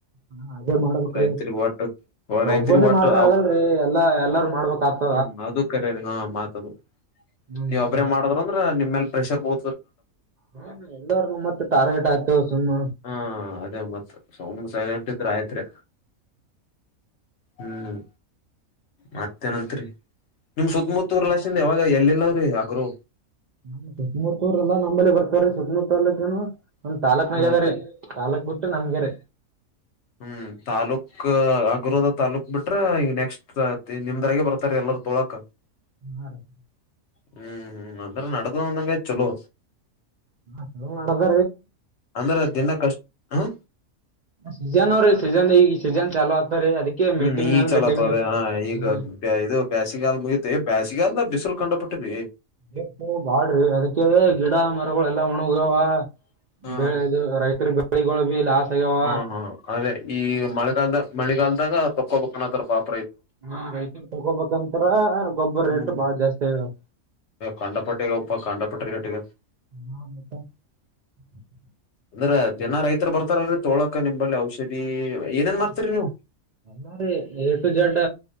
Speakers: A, on the right (about 75°); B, on the left (about 60°).
A: ಹ ಅದೇ ಮಾಡ್ಬೇಕ್ರಿ
B: ರೈತ್ರಿಗ್ ಒಟ್ಟು ರೈತ್ರಿಗ್
A: ಒಬ್ಬನೇ
B: ಒಟ್ಟು
A: ಮಾಡ್ರಿ ಆಗಲ್ರಿ ಎಲ್ಲಾ ಎಲ್ಲಾರು ಮಾಡ್ಬೇಕಕ್ ಆತ
B: ಹ್ಮ ಅದು ಕರರಿ ಹಾ ಮಾತದು
A: ಹ್ಮ
B: ನೀವ್
A: ಮತ್ತ
B: ಒಬ್ರೇ ಮಾಡದ್ರ ಅಂದ್ರ ನಿಮ್ಮೇಲ್ ಪ್ರೆಷರ್ ಬೋ
A: ಹ್ಮ ಎಲ್ಲರ್ನು ಮತ್ ಟಾರ್ಗೆಟ್ ಆಯ್ತು ಸುಮ್ನೆ
B: ಹಾ ಅದೇ ಮತ್ ಸುಮನೆ ಸೈಲೆಂಟ್ ಇದ ಇದ್ರೆ ಆಯ್ತ್ರಿ ಹ್ಮ್ ಮತ್ತ ಏನತ್ರಿ ನಿಮ್ ಸುತ್ತಮುತ್ತೂರ್ ಲನ್ ಯಾವಾಗ ಇಲ್ಲಲ್ಲ್ರೀ ಆಗ್ರೂ
A: ನಮ್ ಸುತ್ತಮುತ್ತೂರಲ್ಲಾ ನಂಬಲೆ ಬರ್ತಾರೀ ಸುತ್ತಮುತ್ತ ಅಲಕ್ಕಏನು ಒಂದ್ ತಾಲಕ್ನಾಗ್ಯದ
B: ಹ
A: ರೀ ತಾಲಕ್ ಬಿಟ್ರ ನಮ್ಗೆ ರ
B: ಹ್ಮ್ ತಾಲೂಕ್ <unintelligible> <unintelligible> ತಾಲೂಕ್ ಬಿಟ್ರ ಈಗ ನೆಕ್ಸ್ಟ್ ನಿಮ್ದರಾಗೆ ಬರ್ತಾರ ಎಲ್ಲರು ತೊಳಕ
A: <unintelligible>
B: ಹ್ಮ್ ಹ್ಮ್ <unintelligible> ಚೊಲೋ
A: <unintelligible>
B: ಅಂದ್ರ ದಿನ ಕಷ್ಟ ಹ
A: ಸೀಜನ್ ಅವರೀ ಸೀಜನ್ ಈ ಸೀಜನ್ ಚಾಲೂ <unintelligible> ಮೀಟಿಂಗ್
B: ಹ್ಮ್ ಈ
A: ಮ್ಯಾಲ
B: <unintelligible>
A: ಮೀಟಿಂಗ್
B: ಈಗ
A: ಹ್ಮ
B: ಇದು ಬೇಸಿಗಾಲ್ ಮುಗತ ಬೇಸಗಾಲ್ದ ಬಿಸಲ್ ಕಂಡು ಪಟ್ಟರಿ
A: <unintelligible> ಬಾಡ್ರಿ ಅದಕ್ಕೆ ಗಿಡ ಮರಗಳೆಲ್ಲ ವಣಿಗ್ಯಾವ
B: ಹ
A: ಬೆಳೆ ಇದು ರೈತರ ಬೆಳೆಗಳು ಭಿ ಲಾಸ್ ಆಗ್ಯಾವ
B: ಹಾ ಹಾ ಅದೇ ಈ ಮಳೆಗಾಲದ ಮಳೆಗಾಲದಾಗ <unintelligible>
A: ಹ ರೈತರು ತಗೊಬೇಕಂತರ ಗೊಬ್ಬರ
B: ಹ್ಮ್
A: ರೇಟ್ ಬಾಳ್ ಜಸ್ತಿ ಹಗವ್
B: ಕಂಡಪಟ್ಟಿಗಪ್ಪ ಕಂಡಪಟ್ಟಿ ರೇಟಿಗೆ
A: <unintelligible>
B: ಅಂದ್ರ ದಿನ ರೈತರು ಬರ್ತಾರಲ್ರಿ ತೊಳಕ ನಿಂಬಲ್ಲಿ ಔಷಧಿ ಏನೇನ್
A: <unintelligible>
B: ಮಾರ್ತರಿ ನೀವು
A: ಎ ಟು ಜಡ್